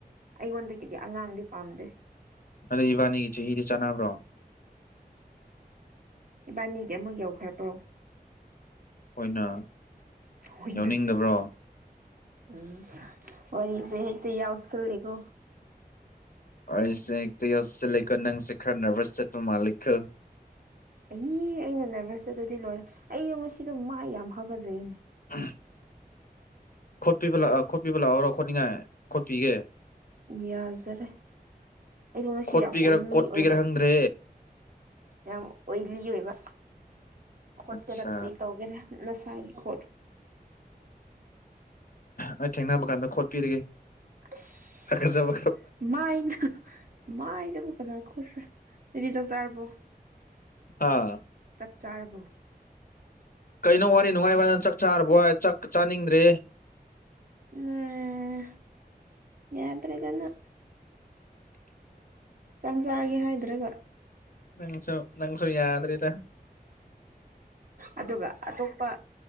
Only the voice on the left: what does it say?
ꯑꯗꯨꯗ ꯏꯕꯥꯅꯤꯒꯤ ꯆꯍꯤꯗꯤ ꯆꯥꯅꯕ꯭ꯔꯣ
ꯑꯩꯈꯣꯏꯅ
ꯌꯥꯎꯅꯤꯡꯗꯕ꯭ꯔꯣ
ꯑꯩꯁꯦ ꯍꯦꯛꯇ ꯌꯧꯁꯤꯂꯛꯦꯀꯣ ꯅꯪꯁꯦ ꯈꯔ ꯅꯔꯚꯁ ꯆꯠꯄ ꯃꯥꯜꯂꯤꯈꯣ
ꯎꯝ ꯈꯣꯠꯄꯤꯕ ꯂꯥꯛꯑꯣ ꯈꯣꯠꯄꯤꯕ ꯂꯥꯛꯑꯣꯔꯣ ꯈꯣꯠꯅꯤꯡꯉꯥꯏ ꯈꯣꯠꯄꯤꯒꯦ
ꯈꯣꯠꯄꯤꯒꯦꯔꯥ
ꯀꯣꯠꯄꯤꯒꯦꯔꯥ
ꯈꯪꯗ꯭ꯔꯦ
ꯑꯠꯆꯥ
ꯑꯩ ꯊꯦꯡꯅꯕ ꯀꯥꯟꯗ ꯈꯣꯠꯄꯤꯔꯤꯒꯦꯠꯆꯕ
ꯑꯥ
ꯀꯩꯅꯣ ꯋꯥꯔꯤ ꯅꯨꯡꯉꯥꯏꯕꯥꯟꯗ ꯆꯥꯛ ꯆꯥꯔꯕꯣ ꯆꯥꯛ ꯆꯥꯅꯤꯡꯗ꯭ꯔꯦ
<inaudible>
ꯅꯪꯁꯨꯣ ꯅꯪꯁꯨꯣ ꯌꯥꯗ꯭ꯔꯗ